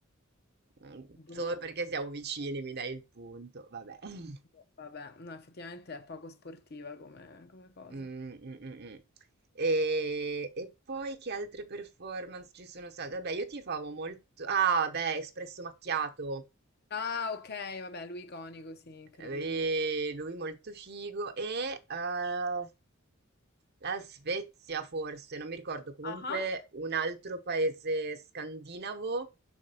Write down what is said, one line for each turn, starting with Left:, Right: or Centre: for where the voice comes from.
Right: mm, solo
Left: boh,
Right: perché siamo vicini mi dai il punto, vabbè. <laughs>
Left: boh, vabbè, no, effettivamente è poco sportiva come, come cosa.
Right: Mm, mm, mm, mm. E, e poi che altre performance ci sono state? Vabbè, io tifavo molto, ah, beh, Espresso Macchiato,
Left: Ah, ok, vabbè, lui iconico, sì, incredibile.
Right: lui, lui molto figo e... eh, La Svezia forse, non mi ricordo, comunque
Left: Ah,
Right: un altro paese scandinavo